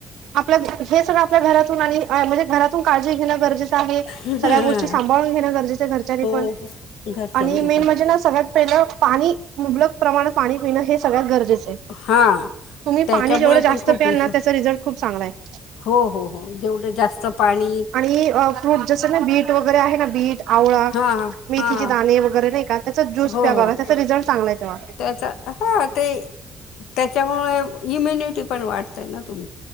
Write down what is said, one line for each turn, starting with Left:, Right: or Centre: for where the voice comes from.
Right: आपल्या हे सगळं आपल्या घरातून आणि म्हणजे घरातून काळजी घेण गरजे आहे
Left: हां
Right: सगळ्या गोष्टी सांभाळून घेणं गरजेच आहे घरच्यानि
Left: हो
Right: पण
Left: हो घरच्यांनी
Right: आणि मेन
Left: पण
Right: म्हणजे ना सगळ्यात पहिलं पाणी मुबलक प्रमाणात पाणी पिण हे सगळत गरजेच आहे. तुम्ही
Left: हां त्याच्यामुळे
Right: पाणी जेवढ जास्त
Left: पण खूप
Right: प्याल
Left: इशू
Right: ना त्याचा रिझल्ट खूप चांगला आहे
Left: हो हो हो जेवढं जास्त पाणी
Right: आणि फ्रूट जस ना बिट वगरे आहे ना बीट आवळा
Left: हां
Right: मेथीचे
Left: हां
Right: दाणे वगैरे नाही का त्याचा ज्यूस
Left: हो
Right: प्या बघा
Left: हो
Right: त्याचा रिझल्ट चांगला आहे तेव्हा
Left: त्याचा हां ते त्याच्यामुळे इम्युनिटी पन वाढते. तुम